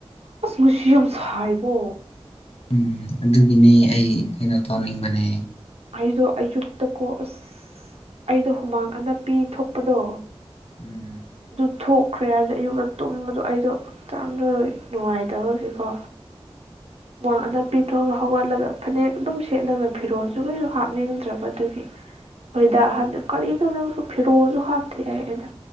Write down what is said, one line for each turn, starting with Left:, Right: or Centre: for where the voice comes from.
Right: ꯑꯁ ꯅꯨꯡꯁꯤ ꯌꯥꯝ ꯁꯥꯏꯒꯣ
Left: ꯎꯝ ꯑꯗꯨꯒꯤꯅꯦ ꯑꯩ ꯀꯩꯅꯣ ꯇꯧꯅꯤꯡꯕꯅꯦ
Right: ꯑꯩꯗꯣ ꯑꯌꯨꯛꯇ ꯀꯣ ꯑꯁ ꯑꯩꯗꯣ ꯍꯨꯃꯥꯡ ꯑꯅꯞ ꯄꯤ ꯊꯣꯛꯄꯗꯣ
Left: ꯎꯝ
Right: ꯑꯗꯨ ꯊꯣꯛꯈ꯭ꯔꯦ ꯍꯥꯏꯕꯗ ꯌꯨꯝꯗ ꯇꯨꯝꯕꯗꯣ ꯑꯩꯗꯣ ꯍꯛꯆꯥꯡꯗ ꯅꯨꯡꯉꯥꯏꯇꯕꯒꯤꯀꯣ ꯍꯨꯃꯥꯡ ꯑꯅꯥꯞꯄꯤꯊꯣꯛꯑꯒ ꯍꯧꯒꯠꯂꯒ ꯐꯅꯦꯛ ꯑꯗꯨꯝ ꯁꯦꯠꯂꯒ ꯐꯤꯔꯣꯜꯁꯨ ꯀꯩꯁꯨ ꯍꯥꯞꯅꯤꯡꯗ꯭ꯔꯕ ꯑꯗꯨꯒꯤ ꯑꯩꯈꯣꯏꯗ ꯑꯍꯟꯗ ꯀꯔꯤꯅꯣ ꯅꯪꯁꯨ ꯐꯤꯔꯣꯜꯁꯨ ꯍꯥꯞꯇꯦ ꯑꯩ ꯑꯩꯅ